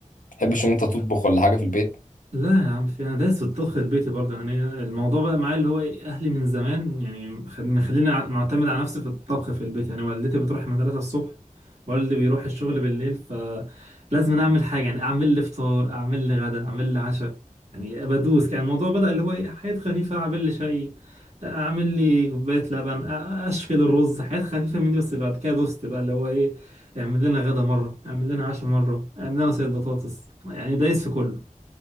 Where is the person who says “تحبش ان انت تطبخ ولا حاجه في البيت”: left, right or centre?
Left